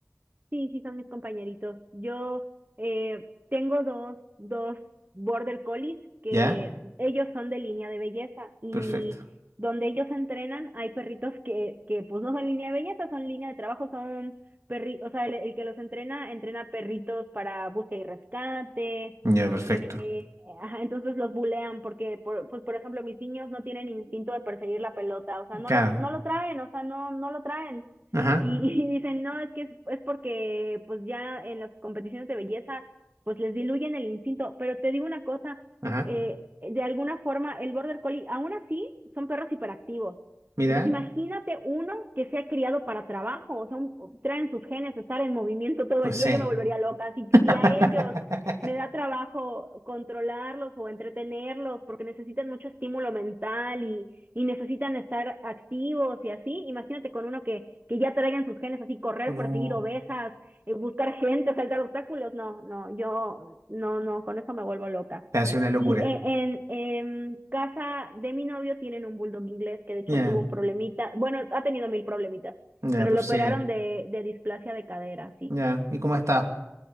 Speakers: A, on the right; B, on the right.
A: Sí, sí, son mis compañeritos. Yo eh, tengo dos, dos border collies que
B: Ya,
A: ellos son de línea de belleza y
B: perfecto.
A: donde ellos entrenan hay perritos que, que pues no son línea de belleza, son línea de trabajo, son perri, o sea, el, el que los entrena, entrena perritos para búsqueda y rescate.
B: Ya, perfecto.
A: eh, ajá, entonces los bulean porque, por, pues por ejemplo, mis niños no tienen instinto de perseguir la pelota, o sea, no
B: Claro.
A: lo, no lo traen, o sea, no, no lo traen
B: Ajá,
A: y, <laughs> y dicen, no, es que es, es porque pues ya en las competiciones de belleza pues les diluyen el instinto, pero te digo una cosa,
B: ajá.
A: eh, de alguna forma el border collie, aún así son perros hiperactivos.
B: Mira,
A: Entonces imagínate uno que sea criado para trabajo, o sea, un, traen sus genes, estar en movimiento todo
B: pues
A: el
B: sí.
A: día, yo me volvería loca. Si,
B: <laughs>
A: si a ellos me da trabajo controlarlos o entretenerlos porque necesitan mucho estímulo mental y, y necesitan estar activos y así. Imagínate con uno que, que ya traigan sus genes así, correr,
B: No.
A: perseguir ovejas, eh, buscar gente, saltar obstáculos. No, no, yo no, no, con eso me vuelvo loca.
B: Te hace una locura.
A: Y eh, en, en casa de mi novio tienen un bulldog inglés que de hecho
B: Ya,
A: tuvo un problemita. Bueno, ha tenido mil problemitas,
B: ya,
A: pero
B: pues
A: lo operaron
B: sí.
A: de, de displasia de cadera, sí.
B: Ya, ¿y cómo está?